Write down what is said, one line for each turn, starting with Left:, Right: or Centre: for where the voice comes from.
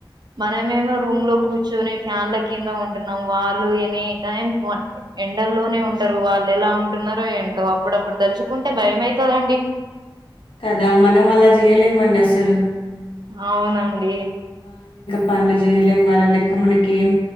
Right: మనమేమో రూమ్లో కూర్చొని ఫ్యాన్ల కింద ఉంటున్నాం వాళ్ళు ఎనీ టైం ఎండల్లోనే ఉంటారు వాళ్ళు ఎలా ఉంటున్నారో ఏంటో అప్పుడప్పుడు తలుచుకుంటే బయమైతదండి.
Left: కదా మనం అలా జెయ్యలేమండి అసలు.
Right: అవునండి
Left: పన్లు చేయలేం వాళ్ళ లెక్క మనకి ఏం